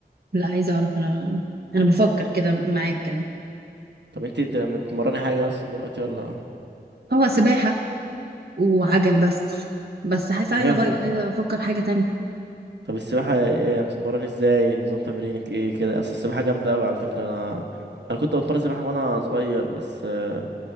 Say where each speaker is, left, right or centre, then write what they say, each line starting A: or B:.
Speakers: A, on the right; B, on the right.
A: لا عايزه اعرف انا انا بفكر كده معاك كده
B: طب انت بت- بتتمرني حاجة اصلا دلوقتي ولا
A: هو سباحه وعجل بس بس حاسه
B: جامد
A: عايزه اغير عايزه افكر حاجه تانية
B: طب السباحة ايه يعني بتتمرني ازاي نظام تمرينك ايه كده اصل السباحة جامدة اوي على فكرة انا انا كنت بتمرن سباحة وانا صغير بس آه،